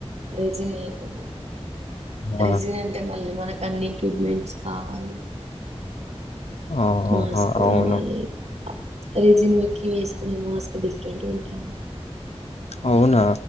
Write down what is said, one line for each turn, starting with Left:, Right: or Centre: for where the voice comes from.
Right: రేజినివేయాకున్నా
Left: ఆ!
Right: రిజన్ అంటే మళ్ళీ మనకు అన్ని ఎక్విప్మెంట్స్ కావాలి
Left: ఆహా
Right: మాస్క్
Left: అవును
Right: కావాలి రిజిన్ ఎక్కి వేసుకునే మాస్క్ డిఫరెంట్గా ఉంటుంది
Left: అవునా